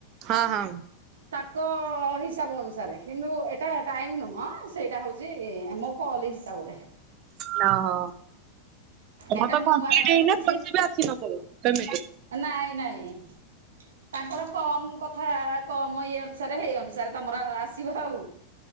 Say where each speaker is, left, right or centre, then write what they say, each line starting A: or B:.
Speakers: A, on the right; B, on the right.
A: ହଁ ହଁ।
B: ତାଙ୍କ ହିସାବ ଅନୁସାରେ କିନ୍ତୁ ଏଟା ଟାଇମ ନୁହଁ ସେଇଟା ହଉଛି ମୋ କଲ ହିସାବରେ।
A: ନା ହୋ। ତମ
B: ଏଟା
A: ତ
B: ମୁଁ
A: କମ୍ପଲିଟ
B: ଆଗ ଆଗ
A: ହେଇନା
B: କିଛି
A: ପଇସା ବି ଆସି ନ ଥିବ ପେମେଟେ?
B: ନାଇଁ ନାଇଁ ତାଙ୍କର କମ କଥା କମ ଇଏ ଅନୁସାରେ ହେଇ ଅନୁସାରେ ତମର ଆସିବ ଆଉ।